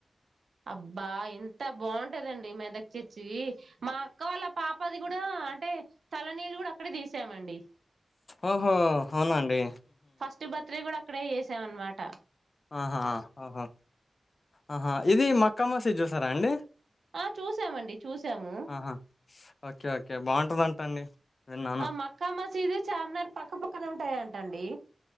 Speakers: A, on the right; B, on the left.
A: అబ్బా ఎంత బాగుంటదండి మెదక్ చేర్చి మా అక్క వాళ్ళ పాప అది కూడా అంటే తలనీీళ్ళు కూడా అక్కడ తీసామండి
B: ఓహో అవునండి.
A: ఫస్ట్ బర్త్డే కూడా అక్కడే చేసాం అన్నమాట
B: ఆహా అహా ఆహా ఇది మ క్కమసీద్ చూసారా అండి
A: ఆ చూసామండి చూసాము
B: ఆహా ఓకే ఓకే బాగుంటదంటా అండి. విన్నాను
A: ఆ మక్కా మసీదు చార్మినార్ పక్కపక్కన ఉంటాయా. టండి.